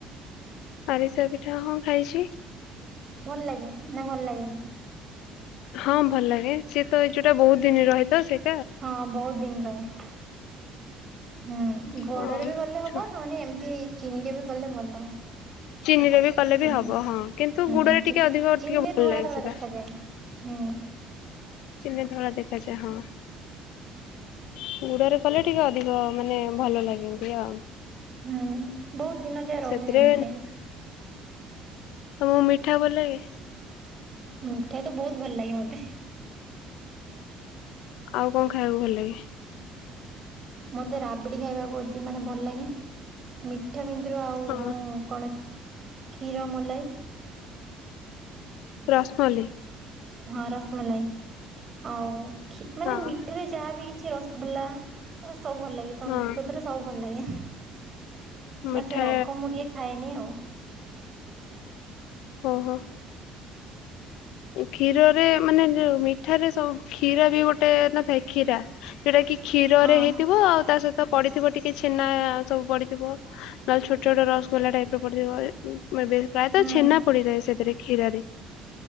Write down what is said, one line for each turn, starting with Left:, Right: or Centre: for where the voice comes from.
Left: ଆରିସା ପିଠା ହଁ ଖାଇଛି।
Right: ଭଲ ଲାଗେ ନା ଭଲ ଲାଗେନି?
Left: ହଁ ଭଲ ଲାଗେ ସିଏ ତ ଏ ଯୋଉଟା ବହୁତ ଦିନ ରହେ ତ ସେଠ
Right: ହଁ ବହୁତ ଦିନ ରହେ। ହୁଁ ଗୋଡରେ
Left: ହଁ।
Right: ବି ଗଲେ ହବ ନହେଲେ ଏମିତି ଚିନିରେ ବି ଗଲେ ଭଲ
Left: ଚିନିରେ ବି କଲେ
Right: ଚିନି
Left: ବି ହବ ହଁ କିନ୍ତୁ
Right: ହୁଁ
Left: ଗୁଡରେ
Right: ଚି
Left: ଟିକେ ଅଧିକ
Right: ଚିନିରେ
Left: ଟିକେ ଭଲ
Right: ଧଳା
Left: ଲାଗେ
Right: ଧଳା
Left: ସେଟା।
Right: ଦେଖାଯାଏ। ହୁଁ।
Left: ଚିନି ଧଳା ଦେଖାଯାଏ ହଁ। ଗୁଡରେ କଲେ ଟିକେ ଅଧିକ ମାନେ ଭଲ ଲାଗନ୍ତି ଆଉ
Right: ହୁଁ ବହୁତ ଦିନ ଯାଏ
Left: ସେଥିରେ
Right: ରହେ ବି ସେ
Left: ତ ମିଠା ଭଲ ଲାଗେ।
Right: ମିଠା ତ ବହୁତ ଭଲ ଲାଗେ ମତେ।
Left: ଆଉ କଣ ଖାଇବାକୁ ଭଲ ଲାଗେ?
Right: ମତେ ରାବିଡ଼ି ଖାଇବାକୁ ଅଧିକ ମାନେ ଭଲ ଲାଗେ। ମିଠା ଭିତରୁ ଆଉ
Left: ହଁ
Right: ଯୋଉ କଣ କ୍ଷୀରମଲାଇ।
Left: ରସମଲାଇ।
Right: ହଁ ରସମଲାଇ ଆଉ ମାନେ
Left: ହଁ
Right: ଖୀ ମିଠାରେ ଯାହାବି କିଛି ରସଗୋଲ୍ଲା ସବୁ ଭଲ ଲାଗେ ସନ୍ଦେଶ
Left: ହଁ
Right: ଗଦରେ ସବୁ ଭଲ ଲାଗେ।
Left: ମିଠା
Right: ବାସ ରାଗ ମୁଁ ଟିକେ ଖାଏନି ଆଉ
Left: ଓ ହୋ। କ୍ଷୀରରେ ମାନେ ଯୋଉ ମିଠାରେ ସବୁ କ୍ଷୀରା ବି ଗୋଟେ ନଥାଏ କ୍ଷୀରା। ଯୋଉଟା କି କ୍ଷୀରରେ
Right: ହଁ
Left: ହେଇଥିବ ଆଉ ତା ସହି ତ ପଡିଥିବ ଟିକେ ଛେନା ସବୁ ପଡିଥିବ ନହେଲେ ଛୋଟ ଛୋଟ ରସଗୋଲା ଟାଇପର ପଡିଥିବ। ପ୍ରାୟତଃ
Right: ହୁଁ
Left: ଛେନା ପଡିଥାଏ ସେଥିରେ କ୍ଷୀରାରେ।